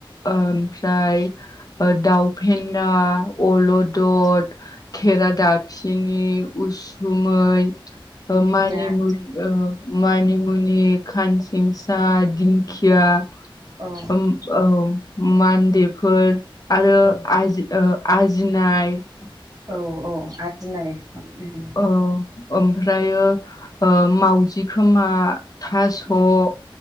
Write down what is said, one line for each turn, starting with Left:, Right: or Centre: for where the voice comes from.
Left: ओमफ्राय दाउफेन्दा अलद दद
Right: औ
Left: खेरा दाफिनि उसुमै
Right: ओंख्रिया
Left: मानिमु ओ मानिमुनि खानसिंसा दिंखिया
Right: औ औ
Left: ओम औ मान्देफोर आरो
Right: औ
Left: आजि ओ आजिनाय <unintelligible>
Right: औ अ आ <unintelligible>
Left: औ ओमफ्रायो मावउजि खोमा थास' ओ
Right: उम